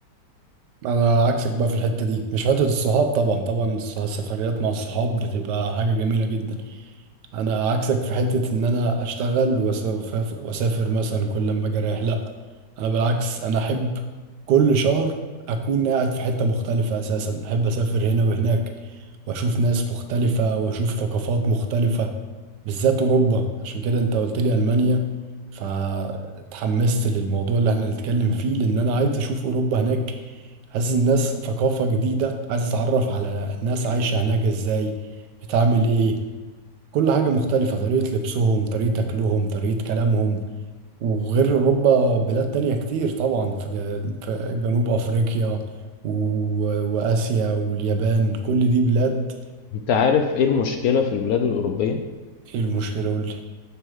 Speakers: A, on the right (about 80°); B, on the left (about 70°).
A: انا عكسك بقى في الحتة دي مش حتة الصحاب طبعا طبعا الس- السفريات مع الصحاب بتبقى حاجة جميلة جدا انا عكسك في حتة ان انا اشتغل وأسافر, واسافر مثلا كل ما اجي رايح لا انا بالعكس انا احب كل شهر اكون قاعد في حتة مختلفة اساسا احب اسافر هنا وهناك واشوف ناس مختلفة واشوف ثقافات مختلفة بالذات اوروبا عشان كده انت قلت لي المانيا فتحمست للموضوع اللي احنا نتكلم فيه لان انا عايز اشوف اوروبا هناك حاسس الناس ثقافة جديدة عايز اتعرف على الناس عايشة هناك ازاي بتعمل ايه كل حاجة مختلفة طريقة لبسهم طريقة أكلهم طريقة كلامهم وغير أوروبا بلاد تانية كتير طبعا في ج- في جنوب أفريقيا و... وآسيا واليابان كل دي بلاد
B: انت عارف ايه المشكلة في البلاد الأوروبية؟
A: إيه المشكلة قولي